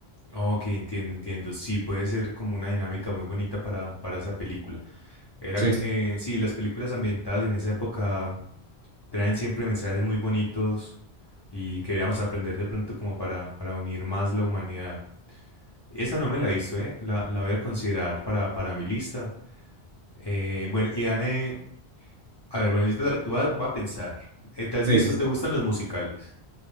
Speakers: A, on the left (about 30°); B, on the right (about 60°).
A: Ok, entiendo, entiendo. Sí, puede ser como una dinámica muy bonita para, para esa película. Era,
B: Sí, sí,
A: eh, sí, las películas ambientadas en esa época traen siempre mensajes muy bonitos y queríamos aprender de pronto como para, para unir más la humanidad. Esa no me la he visto, ¿eh? La, la voy a considerar para, para mi lista. Eh, bueno, y dame, a ver, bueno, yo te voy a, voy a pensar. Eh, ¿Te has
B: sí.
A: visto,
B: sí.
A: te gustan los musicales?